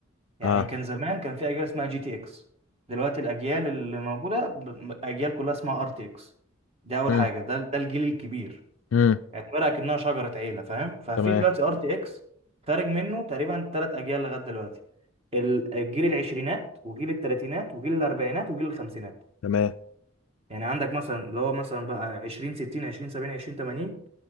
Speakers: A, on the right; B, on the left.
A: يعني
B: اه
A: كان زمان كان في اجيال اسمها جي تي اكس دلوقتي الاجيال اللي موجوده ب- اجيال كلها اسمها ار تي اكس دي اول
B: امم
A: حاجه ده ده الجيل الكبير
B: امم
A: اعتبرها كأنها شجره عيله فاهم ففي
B: تمام
A: دلوقتي ار تي اكس خارج منه تقريبا ثلاث اجيال لغايه دلوقتي ال- الجيل العشرينات وجيل الثلاثينات وجيل الاربعينات وجيل الخمسينات
B: تمام
A: يعني عندك مثلا اللي هو مثلا بقى 20 60 20 70 20 80